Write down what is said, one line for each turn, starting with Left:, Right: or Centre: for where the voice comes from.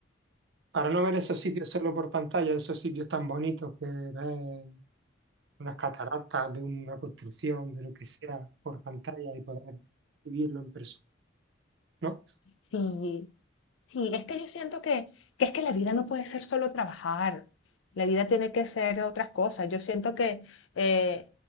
Right: para no ver esos sitios solo por pantalla, esos sitios tan bonitos que ves unas cataratas de una construcción, de lo que sea, por pantalla y poder vivirlo en persona, ¿no?
Left: Sí, Sí, es que yo siento que, que es que la vida no puede ser solo trabajar, la vida tiene que ser otras cosas. Yo siento que, eh,